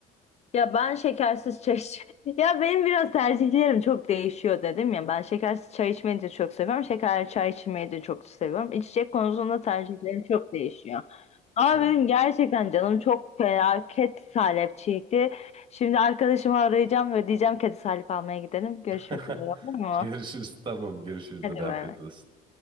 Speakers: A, on the left (about 40°); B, on the right (about 30°).
A: Ya ben şekersiz çay iç- <laughs> Ya benim biraz tercihlerim çok değişiyor dedim ya. Ben şekersiz çay içmeyi de çok seviyorum. Şekerli çay içmeyi de çok seviyorum. İçecek konusunda tercihlerim çok değişiyor. Ama
B: Hı.
A: benim gerçekten canım çok felaket salep çekti. Şimdi arkadaşımı arayacağım ve diyeceğim ki hadi salep almaya gidelim. Görüşmek
B: <laughs>
A: üzere olur mu?
B: Görüşürüz. Tamam görüşürüz.
A: Hadi
B: de
A: bay
B: afiyet
A: bay.
B: olsun.